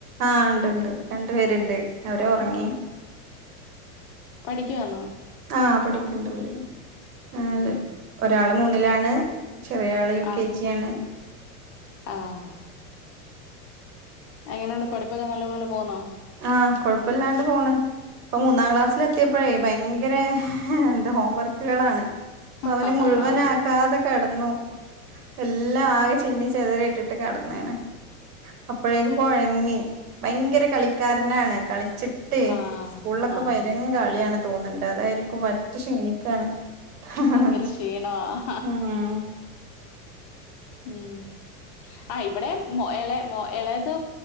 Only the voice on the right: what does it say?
ആഹ് ണ്ട്ണ്ട് രണ്ടു പേര്ണ്ട് അവരൊറങ്ങി
ആഹ് പഠിക്കണ്ട് ഓല് ഏഹ്
ഒരാള് മൂന്നിലാണ് ചെറിയാള് യു
കെ ജി ആണ്
ആഹ് കൊഴപ്പല്ലാണ്ട് പോണ് ഇപ്പൊ മൂന്നാം ക്ലാസ്സിലെത്തിയപ്പഴേ ഭയങ്കര എന്താ ഹോം വർക്കുകളാണ് പ്പവന്
മുഴുവനാക്കാതെ കെടന്നു എല്ലാംആകെചിന്നിചെതറിയിട്ടിട്ട് ട്ട് കെടെന്ന്ണ് അപ്പൊഴെക്ക്‌കൊ ങ്ങി ഭയങ്കരകളിക്കാരനാണ് കളിച്ചിട്ടേയ്
സ്കൂൾലൊക്കെ <unintelligible> കളിയാണ് തോന്ന്ണ്ട് അതായ്ര് ക്ക്‌ പറ്റെ ഷീണിക്കാണ് ഹ്ഹ്ഹ്
ഉംഹ്